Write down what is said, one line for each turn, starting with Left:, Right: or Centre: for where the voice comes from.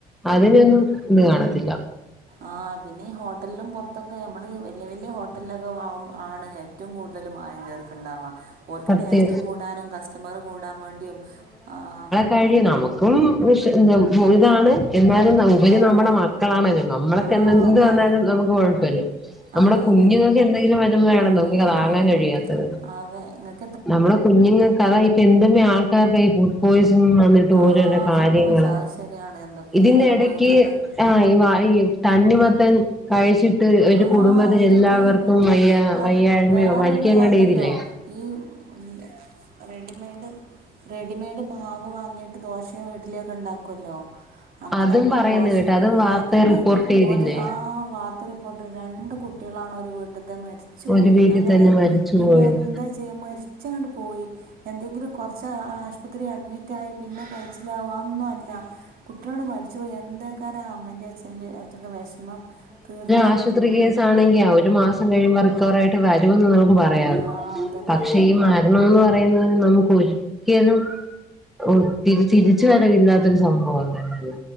Centre: അതിനൊന്നും ഇത് കാണത്തില്ല
Right: ആഹ് പിന്നെ ഈ ഹോട്ടലും പുറത്തൊക്കെ നമ്മള് വല്ല്യ വല്ല്യ ഹോട്ടലൊക്കെ വാം ആണ് ഏറ്റവും കൂടുതൽ മായം ചേർക്കുണ്ടാവുക ഒർക്ക്
Centre: പ്രത്യേ
Right: ടേസ്റ്റ് കൂടാനും കസ്റ്റമറ് കൂടാൻ വേണ്ടിയും ആഹ്
Centre: കഴി നമു കുംമുഷ് ഇതാണ് എന്നാലും ഇവരി
Right: ആ
Centre: നമ്മടെ
Right: ആ
Centre: മക്കളാണല്ലോ നമ്മളൊക്കെ
Right: ആ
Centre: എ എന്ത്
Right: അതാണ്
Centre: വന്നാലും നമ്മ കുഴപ്പമല്ല നമ്മുടെ
Right: അതെ
Centre: കുഞ്ഞുങ്ങൾക്കെ
Right: അതെ
Centre: എന്തെങ്കിലും വരുബഴാണ്
Right: ഉം,
Centre: നമുക്കക്കെ
Right: ഉം.
Centre: താങ്ങാൻ കഴിയാത്തത്
Right: അതെ -
Centre: നമ്മളെ കുഞ്ഞുങ്ങൾക്ക് അതാ ഇപ്പൊ എന്തേമ്മ ആൾക്കാർക്ക ഫുഡ് പോയിസൺ ന്നിട്ട്
Right: ആ
Centre: ഓരോരോ കാര്യങ്ങള്
Right: ഫുഡ് പോയ്സൺ അത് ശരിയാണ് എന്തൊക്കെ
Centre: ഇതിന്റെ
Right: സംഭവിക്കുന്നുണ്ട്
Centre: ഇടക്ക് ആഹ് ഈ വാ ഈ തണ്ണിമത്തൻ കഴിച്ചിട്ട് ഒരു
Right: ആ
Centre: കുടുംബത്തിലെ
Right: എന്തൊക്കെ
Centre: എല്ലാവർക്കും
Right: പറ്റി
Centre: വയ്യ
Right: അത്
Centre: വയ്യായ്മയോ
Right: വേറൊന്ന്
Centre: മരിക്ക എങ്ങാണ്ട്
Right: കേട്ടല്ലോ
Centre: ചെയ്തില്ലേ
Right: ഈ ഉം റെഡിമെയ്ഡ് റെഡിമെയ്ഡ് മാവ് വാങ്ങിയി- ദോശയും ഇഡ്ലി ഒക്കെ ഉണ്ടാക്കുല്ലോ അങ്ങനെ
Centre: അതും പറയുന്ന
Right: ദോശയും
Centre: കേട്ട്
Right: ഇഡലി
Centre: അതും
Right: ഉണ്ടാക്കിയിട്ട്
Centre: വാർത്ത റിപ്പോർട്ട് ചെയ്തില്ലേ
Right: ഒരു ആഹ വാർത്ത- പോട്ടെ രണ്ട് കുട്ടികളാണ് ഒരു വീട്ടത്തെ മരിച്ചു
Centre: ഒരു
Right: പോയെ
Centre: വീട്ടിൽ
Right: ഞാൻ പറയാ
Centre: തന്നെ മരിച്ചു
Right: പിന്നെ
Centre: പോയത്
Right: എന്താചെ യ്യ മരിച്ചാങ്ങട്ട് പോയി എന്തെങ്കിലും കുറച്ച് ആശുപത്രി അഡ്മിറ്റ് ആയി പിന്നെ കയിച്ചിലാവ അതൊന്നും അല്ല കുട്ടികള് മരിച്ചു പോയി എന്താക്കാരം ആ അമ്മേന്റേം അച്ഛന്റേം എറ്റക്കെ വെഷമം തീർ-
Centre: ആശുത്രി കേസ് ആണെങ്കി ആ ഒരു മാസം കഴിയ്മ്പോ റിക്കവർ ആയിട്ട് വരുമന്ന് നമ്മുക്ക് പറ- പറയാം
Right: ആ അതന്നെ
Centre: പക്ഷെ ഈ മരണം എന്ന് പറയുന്നത് നമുക്ക് ഒരിക്കലും ഓ തി തിരിച്ചു വരവ് ഇല്ലാത്തൊരു സംഭവം തന്നെല്ലേ